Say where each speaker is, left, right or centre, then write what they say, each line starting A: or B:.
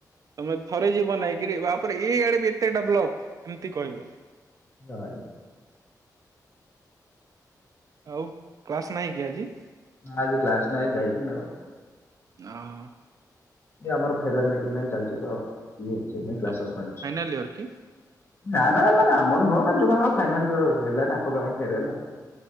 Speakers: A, on the right (about 55°); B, on the left (about 35°).
A: ତମେ ଥରେ ଯିବ ନାଇଁକିରି ବାପରେ ଏ ଇଆଡେ ଏତେ ଡେଭଲପ୍ ଏମିତି କହିବ।
B: ଦାଇ।
A: ଆଉ କ୍ଲାସ ନାହିଁ କି ଆଜି?
B: ନା ଆଜି କ୍ଲାସ ନାଇଁ ଯାଇନି ଆଉ।
A: ଓଁ।
B: ଆମର ଫେରୱାଲ ମିଟିଂ ପାଇଁ ଚାଲିଛି ତ ଇଏ ସେଇଥି ପାଇଁ କ୍ଲାସ୍
A: ଫାଇନାଲ
B: ସସ୍ପେଣ୍ଡ ଅଛି।
A: ଇୟର କି?
B: ନା ନା ମାନେ ଆମନ ନୁହ ମାନେ ଯୋଉ ମାନଙ୍କର ଫାଇନାଲ ହେଲା ତାଙ୍କ ପାଇଁ ଫେରୁଆଲ ଆଉ।